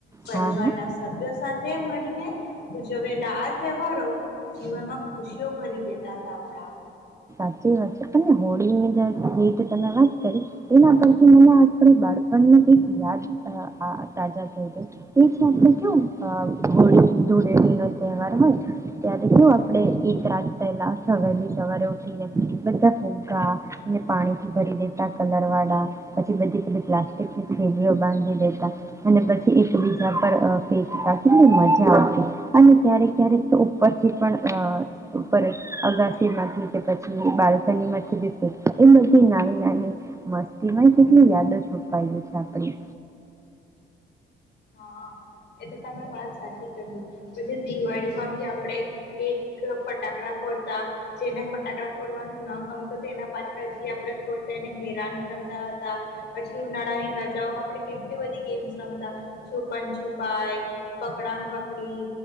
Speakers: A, on the left; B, on the right.
A: પરિવારના
B: હા હા
A: સભ્યો સાથે તે મળીને ઉજવેલા આ તહેવારો જીવનમાં ખુશીઓ ભરી દેતા હતા આપણા
B: સાચી વાત છે, અને હોળીની ર તમે વાત કરી એના પરથી મને આ બાળપણની કઈક યાદ તાજા થઈ ગઈ આપણે કેવું હોળી ધુળેડી નો તહેવાર હોય ત્યારે કેવું આપણે એક રાત પહેલા વલી સવારે. બધા ફૂકા ને પાણીથી ભરી દેતા કલર વાળા પછી બધીધી પ્લાસ્ટિકની થેલીઓ બાંધી દેતા અને પછી એકબીજા પર ફેકતા કેટલી મજા આવતી અને ક્યારેક ક્યારેક તો ઉપરથી પણ ઉપર અગાસીમાંથી. કે પછી બાલ્કની માંથીબી ફેકેતા એ બધી નાની નાની મસ્તીમાં કેટલી યાદ છુપાયેલી છે આપણી
A: હા એ તો તમે વાત સાચી કહી પછી દિવાળીમાં ભી આપડે એક ફટાકડા ફોડતા જેને ફટાકડા ફોડવાનું ના ગમતું તેના પાછળ હ આપણે ફોડતા એને હેરાન કરતા હતા પછી ઉનાળાની રજાઓમાં આપણે કેટલી બધી ગેમ્સ રમતા. છુપાન છુપાઈ પકડામ પકડી